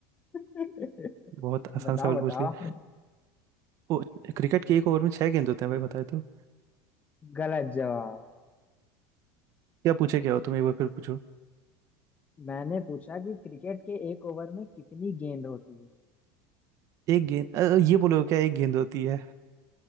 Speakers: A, on the left (about 20°); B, on the right (about 40°).
A: <laughs>
B: बहुत आसान
A: बताओ
B: सवाल
A: बताओ
B: पूछ लिया वो क्रिकेट के एक ओवर में छह गेंद होते हैं भाई बताए तो
A: गलत जवाब
B: क्या पूछे क्या हो तुम एक बार फिर पूछो
A: मैंने पूछा कि क्रिकेट के एक ओवर में कितनी गेंद होती है
B: एक गेंद अ, ये बोलो क्या एक गेंद होती है